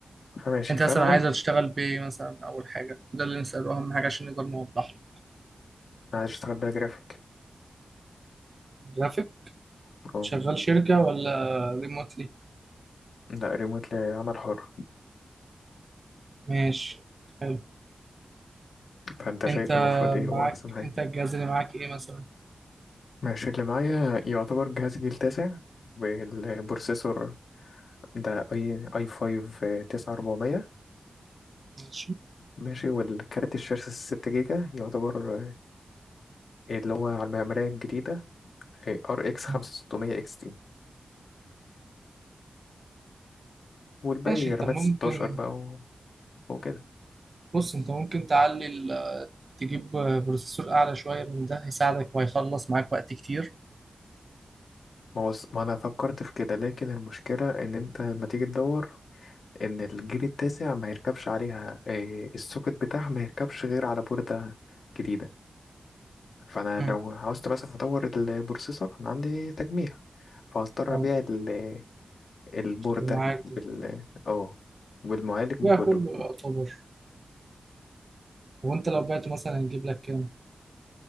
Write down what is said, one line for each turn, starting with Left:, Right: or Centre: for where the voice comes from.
Left: فماشي
Right: انت
Left: فانا
Right: مثلا
Left: عندي
Right: عايز تشتغل بايه مثلا اول حاجة ده اللي نسأله اهم حاجة عشان نقدر نوضح له
Left: عايز اشتغل بقى جرافيك
Right: جرافيك
Left: اه
Right: شغال شركة ولا ريموتلي
Left: لا ريموت لعمل حر
Right: ماشي حلو
Left: فانت شايف
Right: انت
Left: المفروض ايه
Right: معاك
Left: هو احسن حاجه
Right: انت الجهاز اللي معاك ايه مثلا
Left: ماشي اللي معايا يعتبر جهاز جيل تاسع والبروسيسور ده اي اي 5 9400
Right: ماشي
Left: ماشي والكارت الشاشه 6 جيجا يعتبر آه، اللي هو على المعماريه الجديده ار اكس
Right: مم.
Left: 5600 اكس تي والباقي
Right: ماشي انت
Left: رامات
Right: ممكن
Left: 16 بقى و- وكده
Right: بص انت ممكن تعلي ال- تجيب بروسيسور اعلى شويه من ده هيساعدك وهيخلص معاك وقت كتير
Left: ما هو ما انا فكرت في كده لكن المشكله ان انت لما تيجي تدور ان الجيل التاسع ما يركبش عليها آه، السوكت بتاعها ما يركبش غير على بوردة جديدة فانا
Right: امم
Left: لو عاوزت مثلا اطور البروسيسور انا عندي تجميع فهضطر
Right: اه
Left: ابيع ال- البوردة
Right: اللي معاك
Left: بال
Right: ده
Left: اه والمعالج
Right: بقى
Left: بكله
Right: كله يعتبر وانت لو بعته مثلا هنجيب لك كام